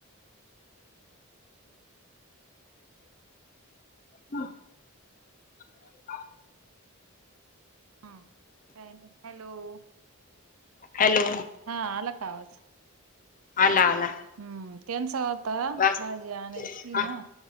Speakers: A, on the left; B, on the right.
A: हम. हा.
B: हम्म काय नाही हॅलो.
A: हॅलो.
B: हा आला का आवाज?
A: आला आला.
B: हम्म त्यांचा तवा
A: बस
B: भाजी आणायची
A: हा
B: ना